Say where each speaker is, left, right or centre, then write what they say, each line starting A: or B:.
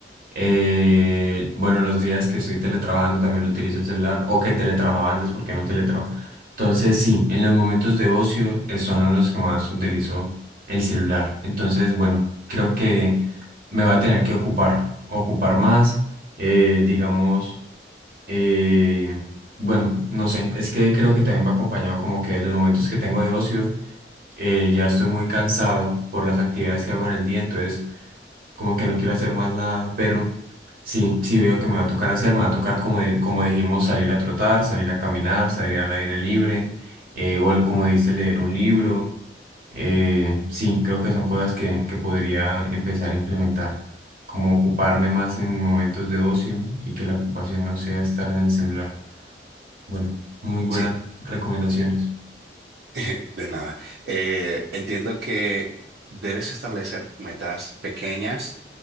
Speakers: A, on the right; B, on the right.
A: Eh, bueno, los días que estoy teletrabajando también lo utilizo el celular o que teletrabajaba antes porque no teletrabajo. Entonces, sí, en los momentos de ocio eh, son en los que más utilizo el celular. Entonces, bueno, creo que me va a tener que ocupar, ocupar más, eh, digamos, eh, bueno, no sé, es que creo que también va acompañado como que de los momentos que tengo de ocio, eh, ya estoy muy cansado por las actividades que hago en el día, entonces como que no quiero hacer más nada, pero sí, sí veo que me va a tocar hacer, me va a tocar, como, di- como dijimos, salir a trotar, salir a caminar, salir al aire libre, eh, o el- como dice, leer un libro. Eh, sí, creo que son cosas que, que podría empezar a implementar, como ocuparme más en momentos de ocio y que la ocupación no sea estar en el celular. Bueno, muy buenas
B: Sí,
A: recomendaciones.
B: <laughs> de nada. Eh, entiendo que debes establecer metas pequeñas,